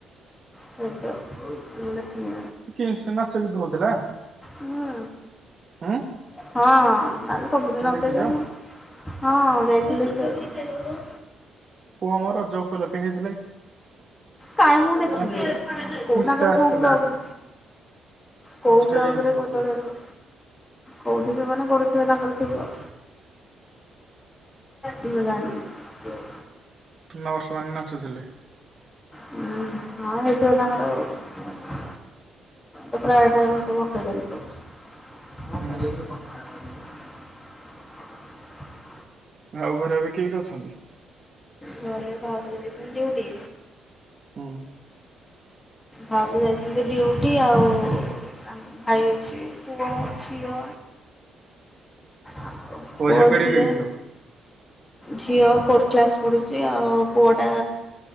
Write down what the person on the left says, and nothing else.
ହେଇଥିବ ମୁଁ ଦେଖି ହୁଁ
ହୁଁ।
ହଁ ଆମେ ସବୁଦିନ
ଅପେକ୍ଷା
କ ହଁ ଯାଇଥିଲୁ ସେଆଡେ଼।
କାଇଁ ମୁଁ ଦେଖିନି,
କଉତାଙ୍କର
କୋଉ ଭଲ୍ଗ କୋଉ
ବ୍ଲକ
ରେ କଦଳୀ
ଆସେ? କୋଉଠି ସେମାନେ ପଢୁଥିବ ତାଙ୍କର ଥିବ। ମୁଁ ଜାଣିନି।
ହୁଁ, ହଁ ହେଇଥିବ ତାଙ୍କରଆଉ। ତାଙ୍କର ତ ପ୍ରାୟ ଟାଇମ୍ ସବୁ ଅକେଜନ୍ ରହୁଛି। ମୁଁ
ଖାଲି ଏବେ କଥା <unintelligible>
ଘରେ ଭାଉଜ ଯାଇସନ୍ତି ଡ଼ିଉଟି।
ଭାଉଜ ଯାଇସନ୍ତି ଡ଼ିଉଟି ଆଉ। ତା ଭାଇ ଅଛି, ପୁଅ, ଝିଅ ଆଉ ପୁଅ
ଝିଏ।
ଝିଅ ଫୋର୍ କ୍ଲାସ୍ ପଢ଼ୁଛି। ଆଉ ପୁଅଟା